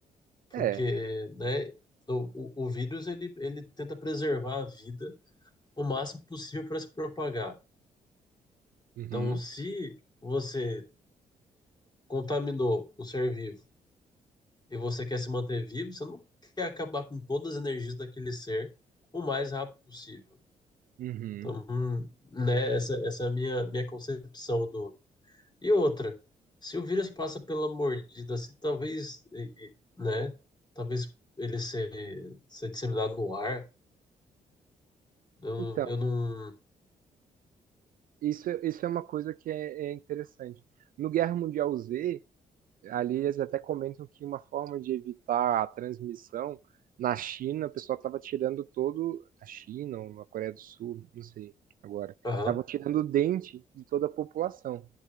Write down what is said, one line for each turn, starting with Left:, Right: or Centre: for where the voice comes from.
Left: porque,
Right: É.
Left: né, o, o, o vírus ele, ele tenta preservar a vida o máximo possível para se propagar.
Right: Uhum.
Left: Então, se você contaminou um ser vivo e você quer se manter vivo, você não quer acabar com todas as energias daquele ser o mais rápido possível.
Right: Uhum.
Left: Então, hum, né, essa, essa é a minha, minha concepção E outra, se o vírus passa pela mordida, assim, talvez, e- e, né? Talvez ele ser, ser disseminado no ar. Eu,
Right: Então,
Left: não- eu não.
Right: isso, é- isso é uma coisa que é, é interessante. No Guerra Mundial Z, ali eles até comentam que uma forma de evitar a transmissão na China, o pessoal estava tirando todo. Na China ou na Coreia do Sul, não sei agora.
Left: Aham.
Right: Estavam tirando o dente de toda a população.